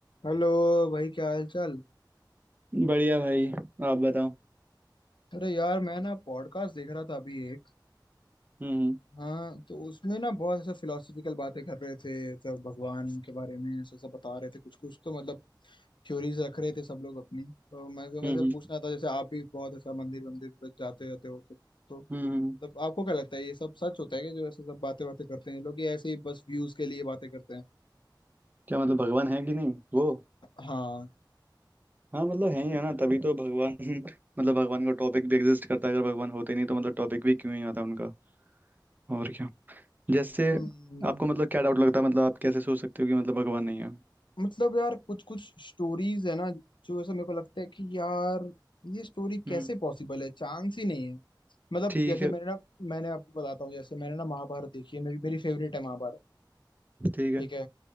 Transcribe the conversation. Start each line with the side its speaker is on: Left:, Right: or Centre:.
Left: Hello भाई क्या हाल चाल
Right: बढ़िया भाई आप बताओ
Left: अरे यार मैं ना पॉडकास्ट देख रहा था अभी एक
Right: हम्म
Left: हाँ तो उसमें ना बहुत ऐसे फिलोसफिकल बातें कर रहे थे सब भगवान के बारे में ऐसा सब बता रहे थे कुछ कुछ तो मतलब थ्योरीज रख रहे थे सब लोग अपनी तो मैं तो मैं
Right: हम्म
Left: से
Right: हम्म
Left: पूछना था जैसे आप भी बहुत ऐसा मंदिर मंदिर पर जाते रहते हो तो, तो
Right: हम्म हम्म, हम्म।
Left: मतलब आपको क्या लगता है ये सब सच होता है कि जो ऐसे सब बातें बातें करते हैं ये लोग ये ऐसे ही बस व्यूज के लिए बातें करते हैं
Right: क्या मतलब भगवान है कि नहीं वो
Left: हाँ
Right: हाँ मतलब है ही है ना तभी तो भगवान <laughs> मतलब भगवान का टॉपिक भी एग्जिस्ट करता है अगर भगवान होते नहीं तो मतलब टॉपिक भी क्यों ही आता उनका और क्या जैसे
Left: हम्म
Right: आपको मतलब क्या डाउट लगता है मतलब आप कैसे सोच सकते हो कि मतलब भगवान नहीं है
Left: मतलब यार कुछ कुछ स्टोरीज है ना जो ऐसे मेरे को लगता है कि यार ये स्टोरी कैसे
Right: हम्म
Left: पॉसिबल है चांस ही नहीं है मतलब
Right: ठीक
Left: जैसे
Right: है
Left: मैंने ना मैंने आपको बताता हूँ जैसे मैंने ना महाभारत देखी है मेरी मेरी फेवरेट है महाभारत
Right: ठीक है
Left: ठीक है